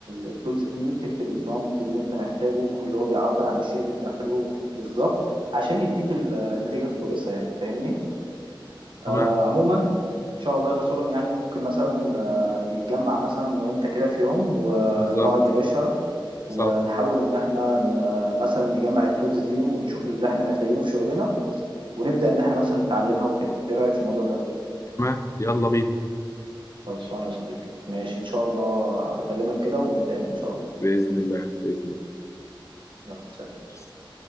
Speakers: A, on the right; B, on the left.
A: التولز دي وتكتب البرومبت اللي انت محتاجه اللي هو بيعبر عن الشيء اللي انت محتاجه بالظبط عشان يديك ال- النتيجه الكويسه يعني فاهمني
B: تمام
A: آه عموما ان شاء الله يا سلم يعني ممكن مثلا آه نتجمع مثلا أنا وانت كده في يوم ونقعد
B: بالظبط
A: يا باشا
B: صح
A: ونحاول ان احنا ن- مثلا نجمع التولز دي ونشوف اللي احنا محتاجينه في شغلنا ونبدأ ان احنا مثلا نتعلمها وكده ايه رأيك في الموضوع ده
B: تمام يلا بينا
A: خلصانه يا صديقي ماشي ان شاء الله هكلمك كده ونتقابل ان شاء الله
B: باذن الله باذن
A: يلا سلام.
B: الله